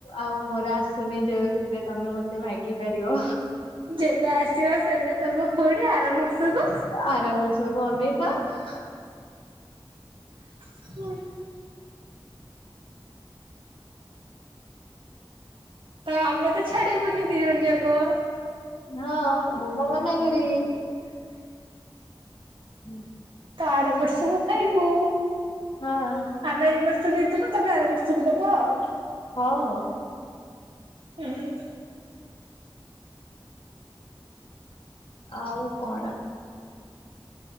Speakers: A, on the left; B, on the right.
A: ଆଉ ମୋର ଆସୁନି ଯୋଉଥିରେ ତମେ ମ ଏତେ ମାଗି ପାରିବ।
B: ଯେବେ ଆସିବ ସେବେ ଦବ ପୁଣି ଆର ବର୍ଷକୁ।
A: ଆର ବର୍ଷକୁ ଅନେଇ ସ
B: <inaudible> ତ ଆମେ ତ ଛାଡିବୁନି ଦି ଜଣ ଯାକ।
A: ହଁ ମୁଁ ପା ମନା କରିବି। ହୁଁ।
B: ତ ଆର ବର୍ଷ କୁ ଖାଇବୁ।
A: ହଁ।
B: ଆମେ ଏଇ ବର୍ଷ ଦେଇଥିବୁ ତମେ ଆର ବର୍ଷକୁ ଦବ ଆଉ।
A: ହଉ ହଉ।
B: ହୁଁ।
A: ଆଉ କଣ।